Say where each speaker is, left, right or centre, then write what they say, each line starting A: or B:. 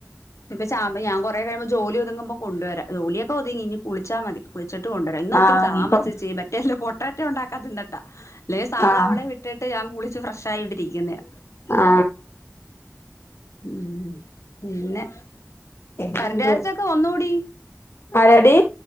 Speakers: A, on the left; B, on the left.
A: ഇനിപ്പ ചാമ്പ കുറെ കഴുമ്പോ ജോലി ഒതുങ്ങുമ്പോ കൊണ്ടുവരാ, ജോലിയ ഒക്കെ ഒതുങ്ങി ഇനി കുളിച്ചാൽ മതി. ഉച്ചിട്ട് കൊണ്ടുവരാം ഇന്ന് ഒത്തിരി
B: ആഹ്
A: താമസിച്ച്
B: നീ ഇപ്പൊ
A: മറ്റേല പൊട്ടറ്റ ഉണ്ടാക്കാത്തെന്ന അല്ലെ സാധാ
B: ആഹ്
A: അവളെ വിട്ടിട്ട് ഞാൻ കുളിച്ച് ഫ്രഷ് ആയിവിടെ രിക്കുന്നേ.
B: ആ
A: ഉം പിന്നെ
B: പിന്നെന്തുവാ
A: കറന്റ് ചാർജ് ഒക്കെ വന്നോടി,
B: ആരാടി